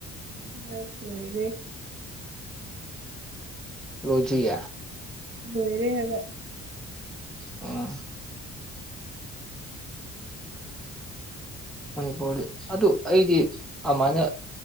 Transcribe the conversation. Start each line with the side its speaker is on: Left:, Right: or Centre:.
Right: ꯑꯣꯏꯗꯤ
Centre: ꯔꯣꯖꯤꯨ ꯌꯥ
Right: ꯃꯣꯏꯔꯦ ꯍꯥꯏꯒ
Centre: ꯑꯣ ꯃꯅꯤꯄꯨꯔꯗꯤ ꯑꯗꯨ ꯑꯩꯗꯤ ꯑꯃꯥꯏꯅ